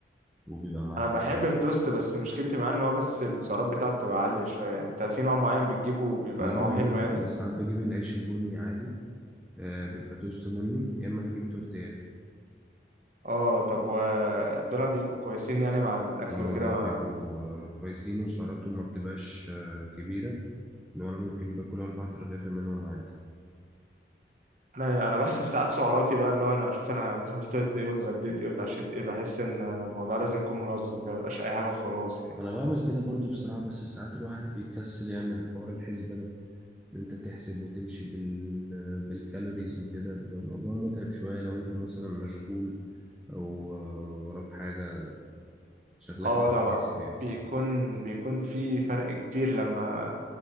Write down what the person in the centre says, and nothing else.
وبيبقى معاه
والله
انا بجيب
ساعات بجيب العيش البني عادي آه بيبقى توست بني يا اما بجيب تورتيه
اه
بيبقوا كويسين وسعراتهم ما بتبقاش آه كبيره لو انا ممكن باكل اربع ترغيفه منهم عادي
انا بعمل كده برضو بصراحه بس ساعات الواحد بيكسل يعمل حوار الحسبه ده ان انت تحسب وتمشي بال... بالكالوريز وكده بيبقى الموضوع متعب شويه لو انت مثلا مشغول او آه، وراك حاجه شغلك
انك
تحسب يعني